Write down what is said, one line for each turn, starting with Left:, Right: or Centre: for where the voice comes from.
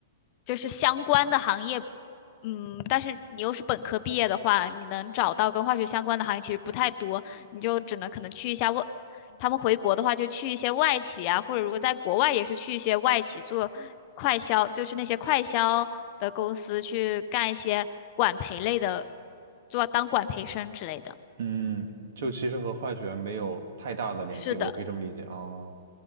Left: 就是相关的行业，嗯，但是你又是本科毕业的话，你能找到跟化学相关的行业其实不太多，你就只能可能去一下外他们回国的话，就去一些外企啊，或者如果在国外也是去一些外企做快销，就是那些快销的公司去干一些管培类的，做当管培生之类的。
Right: 嗯，就其实和化学没有太大的联系，
Left: 是的，
Right: 我可以这么理解哦。